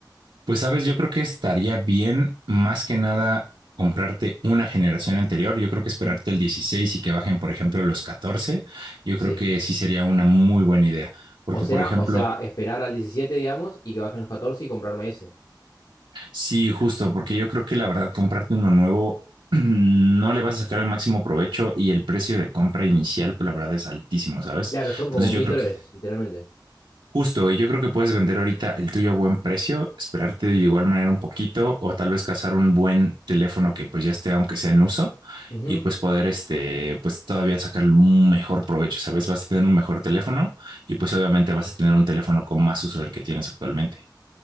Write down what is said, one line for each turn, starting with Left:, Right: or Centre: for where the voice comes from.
Right: Pues sabes, yo creo que estaría bien más que nada comprarte una generación anterior. Yo creo que esperarte
Left: Mm.
Right: el 16 y que bajen, por ejemplo, los 14. yo
Left: Sí.
Right: creo que sí sería una muy buena idea. Porque,
Left: O sea,
Right: por ejemplo,
Left: o sea, esperar al diecisiete digamos, y que bajen los catorce y comprarme ese.
Right: sí, justo, porque yo creo que la verdad comprarte uno nuevo <clears throat> no le vas a sacar el máximo provecho y el precio de compra inicial, pues, la verdad es altísimo, ¿sabes?
Left: Claro, son
Right: Entonces
Left: como mil
Right: yo creo
Left: dólares,
Right: que
Left: literalmente.
Right: Justo, y yo creo que puedes vender ahorita el tuyo a buen precio, esperarte de igual manera un poquito o tal vez cazar un buen teléfono que pues ya esté aunque sea en uso
Left: Ujú.
Right: y pues poder este pues todavía sacar un mejor provecho, ¿sabes? Vas a tener un mejor teléfono y pues obviamente vas a tener un teléfono con más uso del que tienes actualmente.